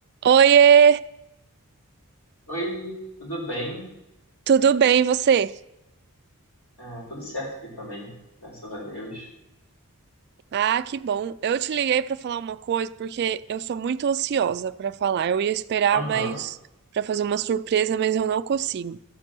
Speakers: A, on the right; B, on the left.
A: Oiê,
B: Oi, tudo bem?
A: tudo bem e você?
B: Ah, tudo certo aqui também, graças a Deus.
A: Ah, que bom. Eu te liguei para falar uma coisa porque eu sou muito ansiosa para falar. Eu ia esperar,
B: Aham.
A: mas para fazer uma surpresa, mas eu não consigo.